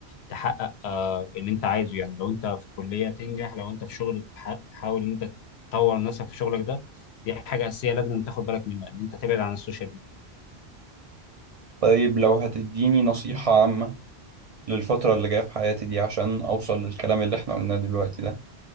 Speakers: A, on the left (about 75°); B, on the right (about 45°).
A: تحقق آه اللي انت عايزه يعني لو انت في كليه تنجح لو انت في شغل تح- تحاول ان انت تطور نفسك في شغلك ده دي حاجه اساسيه لازم أن تاخد بالك منها ان انت تبعد عن السوشيال ميديا
B: طيب لو هتديني نصيحة عامة للفترة اللي جاية في حياتي دي عشان اوصل للكلام اللي احنا قلناه دلوقتي ده